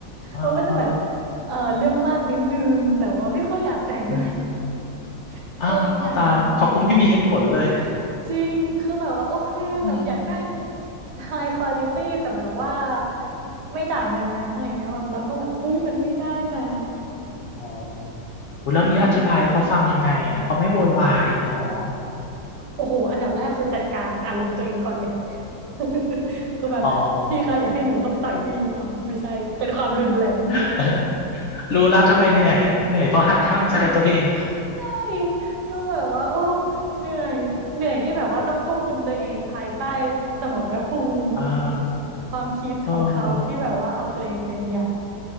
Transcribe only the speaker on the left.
เออเออ
อืม
อ้าวตามเขาก็ไม่มีเหตุผลเลย
อืม
อ๋อ อุ๊ยแล้วงี้อธิบายให้เขาฟังยังไงอ่ะเขาไม่โวยวายอย่างเงี้ยเหรอ
อ๋อ <laughs> เออรู้แล้วทำไมเหนื่อยเหนื่อยเพราะหักห้ามใจตัวเอง
เออ
เออ